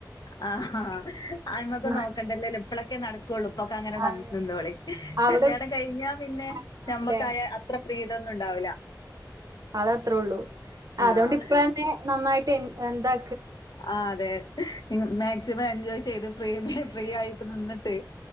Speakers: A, on the left (about 65°); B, on the right (about 55°).
A: ആ ആ ആമക്ക്
B: ഉം.
A: നോക്കണ്ട. അല്ലെങ്കിലും ഇപ്പളൊക്കെ നടക്കുള്ളൂ. ഇപ്പൊക്കെങ്ങനെ
B: അതെ അതെ
A: നിന്നോളി
B: അവിടെ
A: കല്യാണം കഴിഞ്ഞാ പിന്നെ
B: ണ്ടാവുല്ലേ
A: നമ്മക്കായ അത്ര ഫ്രീഡൊന്നും ഉണ്ടാവൂല.
B: അതത്രള്ളൂ അതുകൊണ്ട്
A: ആഹ്
B: ഇപ്പഴന്നെ നന്നായിട്ട് എന്താ
A: ആ അതെ മാക്സിമം എൻജോയ് ചെയ്ത് ഫ്രീ ഫ്രീ ആയിട്ട് നിന്നിട്ട്